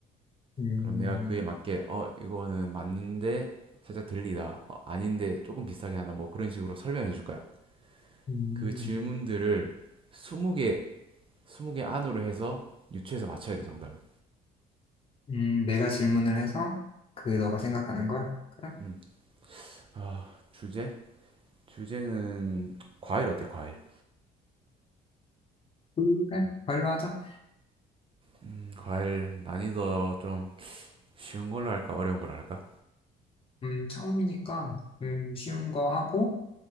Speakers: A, on the left; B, on the right.
A: 음,
B: 그럼 내가 그에 맞게, 어, 이거는 맞는데 살짝 들리다. 어, 아닌데 조금 비슷하게 하다. 뭐 그런 식으로 설명해 줄 거야.
A: 음,
B: 그 질문들을 스무 개, 스무 개 안으로 해서 유추해서 맞춰야 돼, 정답을.
A: 음, 내가 질문을 해서 그 너가 생각하는 걸? 그래?
B: 음. 아, 주제? 주제는 과일 어때, 과일?
A: 그래? 과일로 하자.
B: 음, 과일 난이도 좀 쉬운 걸로 할까? 어려운 걸로 할까?
A: 음, 처음이니까 음, 쉬운 거 하고